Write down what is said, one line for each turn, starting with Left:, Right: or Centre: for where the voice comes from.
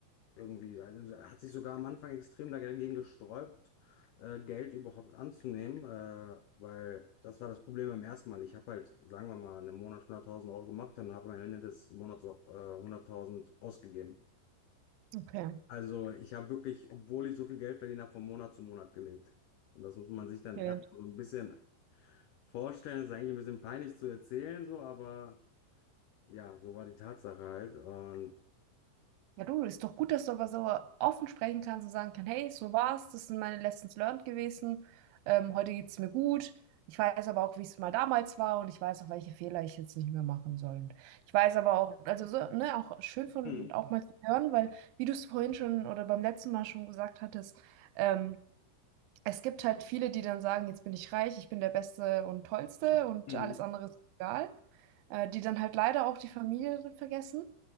Left: irgendwie, also hat sich sogar am Anfang extrem dagegen gesträubt, äh, Geld überhaupt anzunehmen, äh, weil das war das Problem beim ersten Mal. Ich habe halt, sagen wir mal, einen Monat hunderttausend Euro gemacht und habe am Ende des Monats auch, äh, 100.000 ausgegeben.
Right: Okay.
Left: Also ich habe wirklich, obwohl ich so viel Geld verdient habe, von Monat zu Monat gelebt. Und das muss man sich dann
Right: okay.
Left: erstmal so ein bisschen vorstellen. Ist eigentlich ein bisschen peinlich zu erzählen, so, aber ja, so war die Tatsache halt. Und
Right: Ja, du, ist doch gut, dass du aber so offen sprechen kannst und sagen kannst, hey, so war's, das sind meine Lessons learned gewesen. Ähm, heute geht's mir gut. Ich weiß aber auch, wie es mal damals war und ich weiß auch, welche Fehler ich jetzt nicht mehr machen soll. Und ich weiß aber auch, also so, ne, auch schön von
Left: Mhm.
Right: auch mal zu hören, weil wie du es vorhin schon oder beim letzten Mal schon gesagt hattest, ähm, es gibt halt viele, die dann sagen, jetzt bin ich reich, ich bin der Beste und Tollste und
Left: Mhm.
Right: alles andere ist egal, äh, die dann halt leider auch die Familie vergessen.